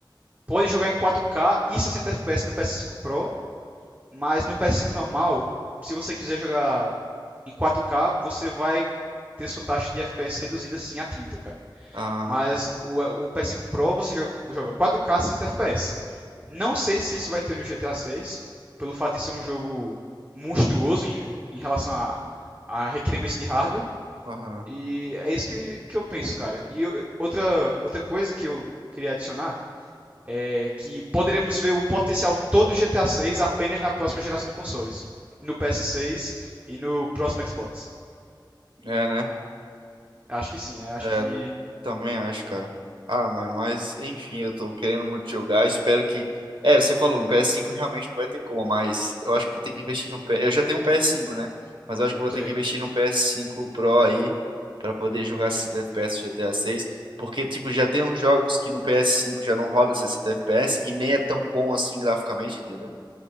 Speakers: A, on the right; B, on the right.
A: pode jogar em 4K e 60 FPS no PS5 Pro, mas no PS5 normal, se você quiser jogar em 4K, você vai ter sua taxa de FPS reduzida sim a 30, cara.
B: Ah,
A: Mas o, o PS5 Pro você joga, joga 4K 60 FPS. Não sei se isso vai ter no GTA 6, pelo fato de ser um jogo monstruoso em, em relação a, a requerimentos de hardware.
B: aham.
A: E é isso que, que eu penso, cara. E eu- outra, outra coisa que eu queria adicionar é, que poderemos ver o potencial todo do GTA 6 apenas na próxima geração de consoles, no PS6 e no próximo Xbox.
B: É, né?
A: Acho que sim, é, acho
B: É,
A: que,
B: Também acho, cara. Ah, mano, mas enfim, eu tô querendo muito jogar. Espero que. É, você falou, no PS5 realmente não vai ter como, mas eu acho que vou ter que investir num PS. Eu já tenho um PS5, né? Mas eu acho que eu vou
A: sei,
B: ter que investir num PS5 Pro aí pra poder jogar 60 FPS GTA 6. Porque, tipo, já tem uns jogos que no PS5 já não roda 60 FPS e nem é tão bom assim graficamente, entendeu?